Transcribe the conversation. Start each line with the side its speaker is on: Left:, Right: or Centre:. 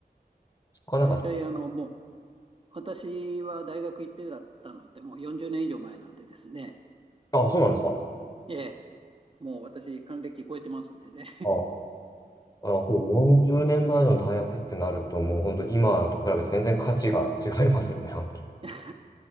Left: そこはなんか、
Right: 大体、あの、もう、私は大学行ってだったのって、もう40年以上前なんでですね。
Left: あ、そうなんですか。
Right: ええ、もう私、還暦超えてますんでね。
Left: あ、あの、こう40年前の大学ってなると、もう本当今と比べて全然価値が違いますよね、本当に。
Right: <laughs>